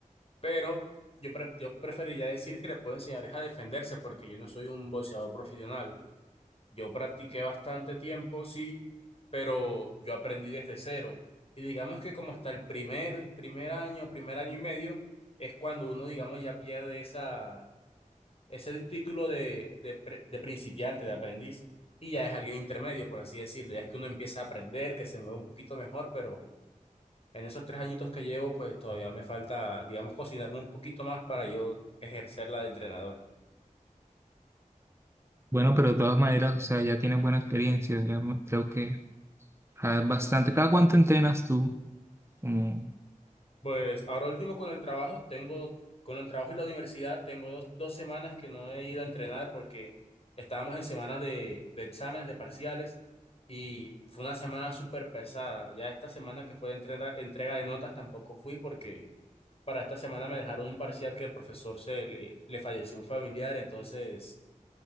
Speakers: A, on the left; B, on the right.
A: pero yo, pre- yo preferiría decir que le puedo enseñar es a defenderse porque yo no soy un boxeador profesional. Yo practiqué bastante tiempo, sí, pero yo aprendí desde cero. Y digamos que como hasta el primer, primer año, primer año y medio, es cuando uno, digamos, ya pierde esa, ese título de, de, pre- de principiante, de aprendiz, y ya es alguien intermedio, por así decirlo. Ya es que uno empieza a aprender, que se mueve un poquito mejor, pero... En esos tres añitos que llevo, pues todavía me falta, digamos, cocinarme un poquito más para yo ejercerla de entrenador.
B: Bueno, pero de todas maneras, o sea, ya tienes buena experiencia, ya mo- creo que ah, bastante. ¿Cada cuánto entrenas tú? Como
A: Pues ahora último con el trabajo, tengo, con el trabajo y la universidad, tengo dos, dos semanas que no he ido a entrenar porque estábamos en semana de, de exámenes, de parciales, y fue una semana súper pesada. Ya esta semana que fue de entrena- entrega de notas tampoco fui porque para esta semana me dejaron un parcial que el profesor se le, le falleció un familiar, entonces